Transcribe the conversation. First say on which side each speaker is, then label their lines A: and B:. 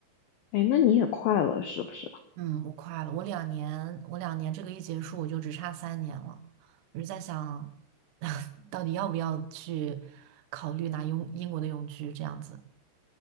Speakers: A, on the left; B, on the right.
A: 哎，那你也快了，是不是？
B: 嗯，我快了，我两年，我两年这个一结束，我就只差三年了。我就在想，<laughs> 到底要不要去考虑拿英英国的永居这样子？